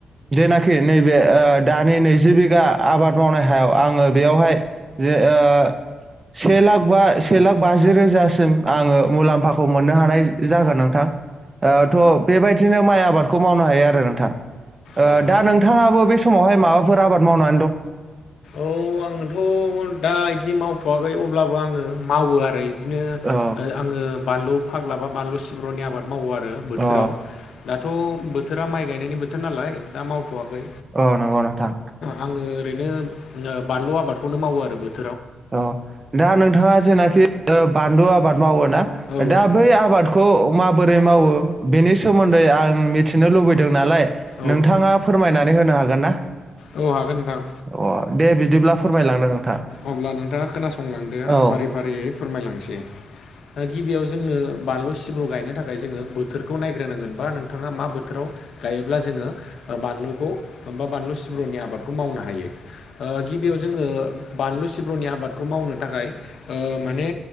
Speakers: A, on the right; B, on the left.
A: नाखि नैबे ओ दानि नैजि बिघा आबाद मावनाय हायाव आङो बेयावहाय जे ओ से लाख बा से लाख बाजि रोजासिम आङो मुलाम्फाखौ मोननो हानाय बि जागोन नोंथां ओ थ' बेबायदिनो माइ आबादखौ मावनो हायो आरो नोंथां ओ
B: औ
A: दा नोंथाङाबो बे समावहाय माबाफोर आबाद मावना
B: औ आंथ' दा इदि मावथ'वाखै अब ब्लाबो आङो मावो आरो इदिनो
A: औ
B: आङो बानलु फाग्ला बा बानलु सिब्रनि आबाद मावो आरो बोथोराव
A: अ
B: दाथ' बोथोरा माइ गायनायनि बोथोर नालाय दा माव थ'वाखै
A: अ नंगौ नोंथां।
B: आङो ओरैनो बानलु आबादखौनो मावो आरो बो
A: औ दा नोंथाङा जेनाखि बानलु आबाद मावो ना
B: औ
A: दा बै आबाद खौ माबोरै मावो बेनि सोमोन्दै आं मिथिनो लुबैदों नालाय
B: औ
A: नोंथाङा फोरमायनानै होनो हागोन ना
B: औ हागोन नोंथां
A: अ दे बिदिब्ला फोरमायलांदो नोंथां
B: अब्ला नोंथाङा खोनासंलांदो आं
A: औ
B: फारि फारियै फोरमायलांसै दा गिबियाव जोंनो बानलु सिब्रु गायनो थाखाय जोङो बोथोरखौ नायग्रोनांगोन बा नोंथाङा मा बोथोराव गायोब्ला जोङो बा बानलुखौ बा बानलु सिब्रुनि आबादखौ मावनो हायो ओ गिबियाव जोङो बानलु सिब्रुनि आबादखौ मावनो थाखाय ओ माने